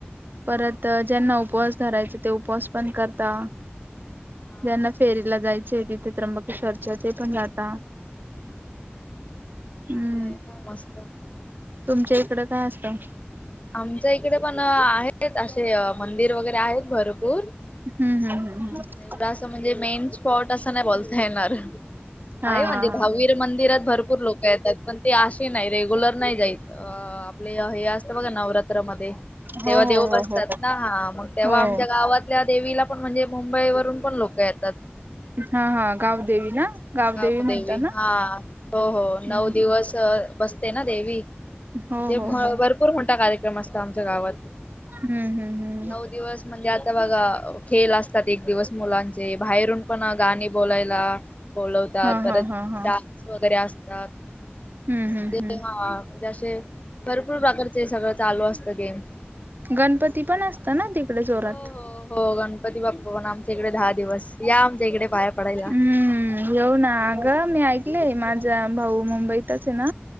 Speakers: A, on the right; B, on the left.
A: परत ज्यांना उपवास धरायचा ते उपवास पण करता,
B: हा
A: ज्यांना फेरीला जायचं तिथे त्र्यंबक चर्चाचे पण जाता
B: चांगलं
A: हम्म
B: आहे ना मस्त
A: तुमच्या इकडं काय असतं.
B: आमच्या इकडे पण आहेत असे मंदिर वगैरे आहेत भरपूर
A: हम् हम्म हम्म
B: हा
A: हम्
B: पण एवढा असं म्हणजे मेन स्पॉट असं नाही बोलता येणार,
A: हा
B: आहे
A: हा
B: म्हणजे दहावीर
A: हा.
B: मंदिरात भरपूर लोक येतात पण ते नाही रेग्युलर नाही जाय आपले हे असत बघ नवरात्रमध्येध्ये
A: हो
B: तेव्हा देव
A: हो हो
B: बसतात
A: हो
B: ना हा मग
A: हो
B: तेव्हा आमच्या
A: हो
B: गावातल्या देवीला पण म्हणजे मुंबई वरून पण लोक येता.
A: हा हा गावदेवी ना गावदेवी
B: अ गदेवी
A: म्हणता ना?
B: हा हो हो नऊ
A: हम्म
B: दिवस बसते ना देवी
A: हो
B: म्हणे
A: हो हो
B: मोठा कार्यक्रम असत आमच्या गावात
A: हम्म हम्म हम्म
B: नऊ दिवस म्हणजे म्हणजे आता बघा खेल असतात एक दिवस मुलांचे बाहेरून पण गाणी बोलायला बोलवतात
A: हा
B: परत
A: हा हा हा
B: वरे असताते
A: हम्म हम्म हम्म
B: हा म्हणजे असे भरपूर प्र ते सगळं चालू असतं गेम
A: गणपती पण असत ना तिकडे जोरात
B: हो हो हो गणपती बाप्पा पण आमच्या इकडे दहा दिवस या आमच्या इकडे पाया पडायला
A: हम्म येऊ ना अगं मी ऐकले माझा भाऊ मुंबईतच आहे ना